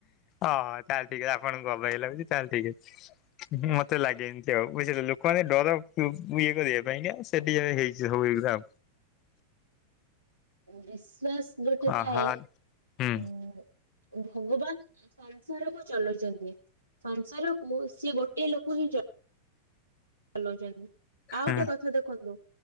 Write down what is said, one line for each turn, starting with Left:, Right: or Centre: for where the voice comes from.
Left: ଓହୋ ତାହେଲେ ଟିକିଏ ଆପଣଙ୍କୁ ଅବାଗିଆ ଲାଗୁଛି ତାହଲେ ଠିକ୍ ଅଛି। ହୁଁ ମତେ ଲାଗେନି ବୁଝିଲେ ଲୋକମାନେ ଡର ଇଏ କରିବା ପାଇଁକା ଏତିକିବେଳେ ହେଇଛି ସବୁ ଏଗୁଡା।
Right: ବିଶ୍ଵାସ୍ ଗୋଟେ
Left: ଅହ
Right: ଥାଏ
Left: ହୁଁ
Right: ଉଁ ଭଗବାନ ସଂସାର କୁ ଚଲେଉଚନ୍ତି ସଂସାରକୁ ସିଏ ଗୋଟେ ଲୋକ ହିଁ। ଚଲଉଚନ୍ତି ଆଉ
Left: ହୁଁ
Right: ଗୋଟେ କଥା ଦେଖନ୍ତୁ